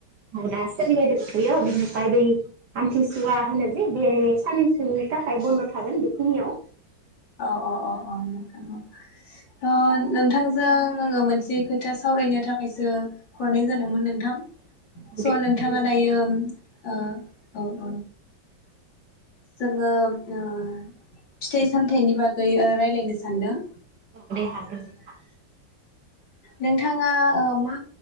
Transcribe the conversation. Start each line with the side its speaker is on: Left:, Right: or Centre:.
Right: औ दा सोलिबायदोंथयो बिनिफ्राय बै आमथिसुवा होनो जि बे सान सोनि थाखाय बन्द थागोन । <unintelligible>
Left: अ अ अ अ नोंथां अ थ नोंथांजों आङो मोनसे खोथा सावरायनो थाखायसो हरनाय जादोंमोन नोंथां । स
Right: दे रायलायजागोन
Left: नोंथाङा दायो
Right: दे
Left: ओ औ औ जोङो ओ फिथाइ सामथायनि बागै रायलायनो सानदों ।
Right: औ दे हागोन दे
Left: नोंथाङा ओ मा